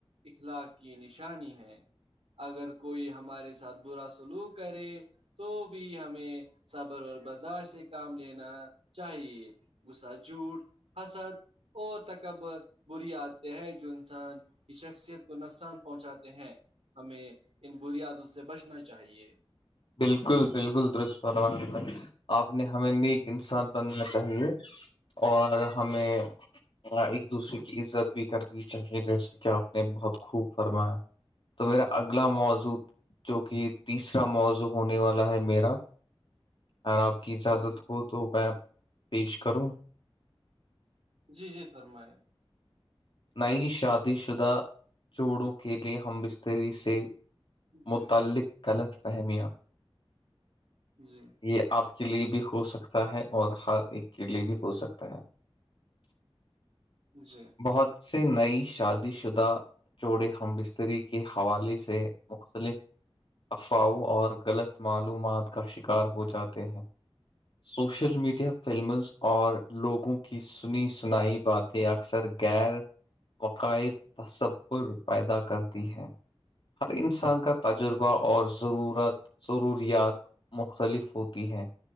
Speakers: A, on the right; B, on the left.
A: اخلاق کی نشانی ہے اگر کوئی ہمارے ساتھ برا سلوک کرے تو بھی ہمیں صبر اور برداشت سے کام لینا چاہیے غسہ جھوٹ حسد اور تکبر بری آتے ہیں جو انسان کی شخصیت کو نقصان پہنچاتے ہیں ہمیں ان بنیادوں سے بچنا چاہیے
B: بالکل بالکل دشپروان آپ نے ہمیں نیک انسان بننا چاہیے اور ہمیں ہاں ایک دوسرے کی عزت بھی کرنی چاہیے جیسے کہ آپ نے بہت خوب فرمایا تو میرا اگلا موضوع جو کہ تیسرا موضوع ہونے والا ہے میرا اور آپ کی اجازت
A: جی
B: ہو تو تو میں پیش کروں
A: جی جی فرمائیں
B: نئی شادی شدہ جوڑوں کے لیے ہم بستری سے
A: جی
B: متعلق غلط فہمیاں
A: جی
B: یہ آپ کے لیے بھی ہو سکتا ہے اور ہر ایک کے لیے بھی ہو سکتا ہے <inaudible>
A: جی
B: بہت سے نئی شادی شدہ چوڑے ہم بستری کے حوالے سے مختلف افواہوں اور غلط معلومات کا شکار ہو جاتے ہیں سوشل میڈیا فلمز اور لوگوں کی سنی سنائی باتیں اکثر غیر وقائد تصر پیدا کرتی ہیں ہر انسان کا تجربہ اور ضرورت ضروریات مختلف ہوتی ہیں